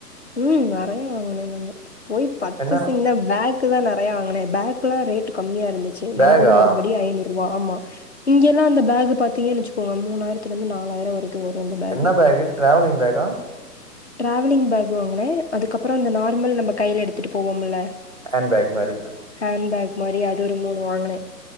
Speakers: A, on the left (about 45°); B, on the right (about 25°).
A: ம் நெறைய வாங்கினே நானு போய் பர்சேசிங்க
B: என்ன
A: தா பேக்கு தா நெறைய வாங்குனே பேக் அதுகல்லா ரேட் கம்மியா இருந்துச்சு
B: பேகா
A: நம்ம ஊர் மதிப்படி ஐநூறு ரூபா ஆமா இங்கெல்லா அந்த பேகு பாத்தீங்கன்னுச்சுக்கோங்க மூணாயிரத்துல இருந்து நாலாயிர வரைக்கு வரு அந்த பேகு
B: என்ன பேக்கு டிரவலிங் பேகா
A: ட்ராவலிங் பேக் வாங்கினே அதுக்கப்பரோ அந்த நார்மல் நம்ம கையில எடுத்துட்டு போவோம் ல
B: ஹான்ட்பேக் மாறி
A: ஹண்ட பேக் மாறி அது ஒரு மூணு வாங்கனேன்